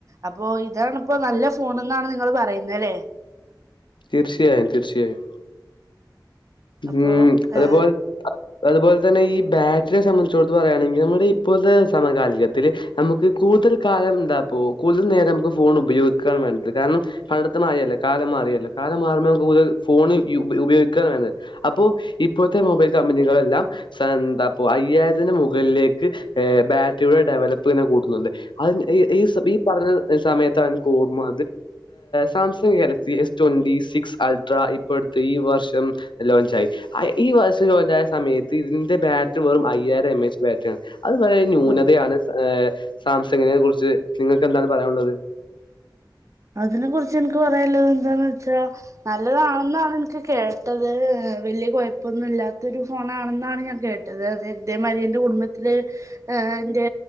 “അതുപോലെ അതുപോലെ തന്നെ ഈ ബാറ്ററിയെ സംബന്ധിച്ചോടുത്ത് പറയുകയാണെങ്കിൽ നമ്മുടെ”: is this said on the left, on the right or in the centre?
Left